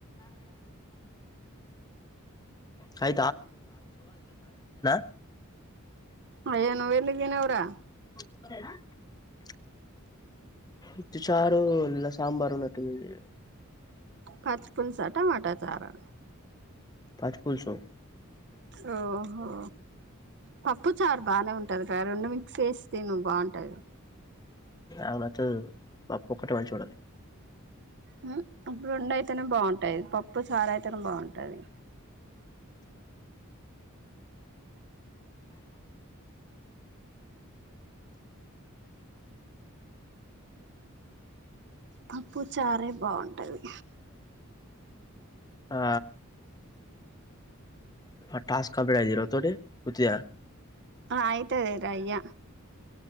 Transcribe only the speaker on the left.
అ <unintelligible>
క వుత్తి చారు ఇలా సాంబారు ఉన్నటు ఉంది.
పచ్ పులుసు
అవునక్కొ పప్పు ఒకటి వాడి చూడాలి
ఆ ఆ టాస్ కంప్లీట్ యా ఈ రోజ్ తోటి ఉత్తియా